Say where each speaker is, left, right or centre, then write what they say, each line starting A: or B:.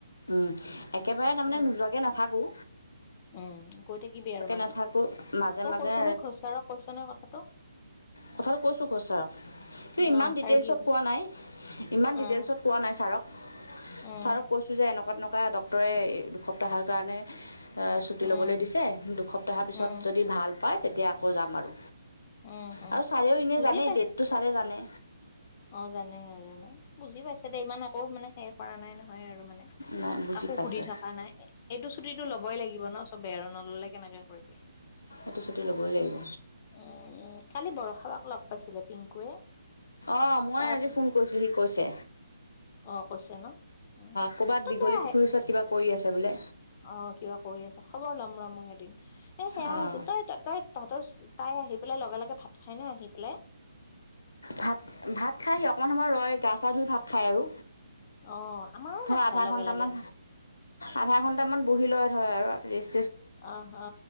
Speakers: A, on the left (about 85°); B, on the left (about 30°).
A: উম একেবাৰে তাৰমানে
B: উম
A: নোযোৱাকে নাথাকো।
B: <unintelligible> উম গৈ থাকিবি আৰু মাজত
A: নাথাকোঁ মাজে
B: তই
A: মাজে
B: কৈছো নে ঘচক ছাৰক কৈছো নে কথাটো
A: কথাাত কৈছো ঘচ ছাৰক কিন্তু ইমান
B: ন ছাৰে
A: ডিটেইলছত
B: কি কৈছে
A: কোৱা নাই ইমান ডিটেইলছত
B: অ
A: কোৱা নাই ছাৰক
B: উম
A: ছাৰক কৈছোঁ যে এনেকুৱা তেনেকুৱা ডক্টৰে দুসপ্তাহৰ কাৰণে ছুটি
B: উম,
A: ল'বলৈ দিছে দুসপ্তাহৰ পিছত
B: উম,
A: যদি ভাল পায় তেতিয়া আকৌ যাম আৰু।
B: উম, উম,
A: আৰু ছাৰেও এনে
B: বুজি
A: জানে
B: পাইছ
A: ডেট টো ছালে জানে।
B: অ', জানে আৰু ন বুজি পাইছে দে ইমান আকৌ মানে হে কৰা নাই নহয় আৰু মানে।
A: নাই বুজি
B: কাকো
A: পাইছে
B: সুধি থকা নাই এইটো ছুটিটো লবই লাগিব ন' চবে আৰু নললে কেনেকে কৰিবি
A: সেটো ছুটি ল'বই লাগিব।
B: উম, উম, কালি বৰষাবাক লগ পাইছিলে পিংকুৱে।
A: অঁ মই
B: তাৰ
A: আজি ফোন কৰিছিলোঁ সি কৈছে
B: অ কৈছে ন উ
A: ক'ৰবাত
B: তই
A: দীঘলী
B: তই আহে
A: পুখুৰীৰ ওচৰত কিবা কৰি আছে বোলে
B: অ কিবা কৰি আচে খবৰ ল'ম ৰ মই এদিন এ সেয়াছ
A: অঁ
B: তই ত তই তহঁতৰ তাই আহি পেলাই লগে লগে ভাত, খাই নে আহি পেলাই
A: ভাত ভাত খাইহি অকমান সময় ৰয় গা চা ধুই ভাত খাই আৰু
B: অ', আমাৰো
A: থ
B: নাখায়
A: আধা
B: লগে
A: ঘন্টামান
B: লগে
A: আধা ঘন্টামান বহি লয়। হয় আৰু ৰিষ্ট,
B: অ অ